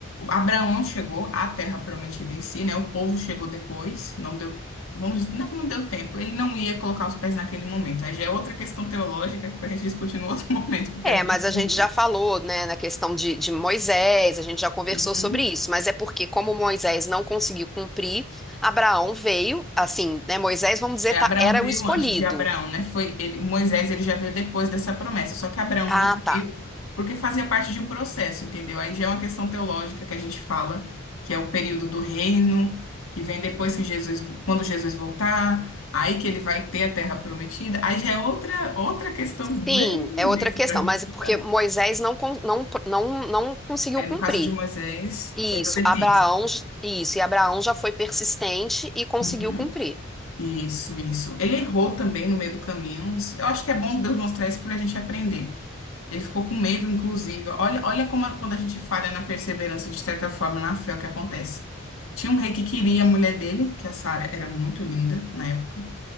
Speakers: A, on the left; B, in the centre.
A: Abraão chegou à Terra Prometida em si, né? O povo chegou depois, não deu, vamos, dizer- não é que não deu tempo, ele não ia colocar os pés naquele momento. Aí já é outra questão teológica que a gente discute no outro <laughs> momento, porque
B: É,
A: é bem
B: mas a
A: longa.
B: gente já falou, né, na questão de, de Moisés, a gente já conversou
A: Uhum.
B: sobre isso, mas é porque como Moisés não conseguiu cumprir, Abraão veio, assim, né, Moisés, vamos dizer,
A: É,
B: tá-
A: Abraão
B: era
A: veio
B: o escolhido.
A: antes de Abraão, né? Foi ele, Moisés, ele já veio depois dessa promessa. Só que Abraão
B: Ah,
A: não
B: tá.
A: viu porque fazia parte de um processo, entendeu? Aí já é uma questão teológica que a gente fala, que é o período do reino, que vem depois que Jesus, quando Jesus voltar, aí que ele vai ter a terra prometida. Aí já é outra outra questão bem
B: Sim, é outra
A: densa
B: questão,
A: para a gente
B: mas
A: estudar.
B: é porque Moisés não, con- não, não, não conseguiu
A: É,
B: cumprir.
A: no caso de Moisés,
B: Isso,
A: foi desobediência.
B: Abraão, j- isso, e Abraão já foi persistente e conseguiu
A: Uhum.
B: cumprir.
A: Isso, isso. Ele errou também no meio do caminho. Eu acho que é bom Deus mostrar isso para a gente aprender. Ele ficou com medo, inclusive. Olha, olha como a- quando a gente falha na perseverança, de certa forma, na fé, é o que acontece. Tinha um rei que queria a mulher dele, que a Sara era muito linda na época.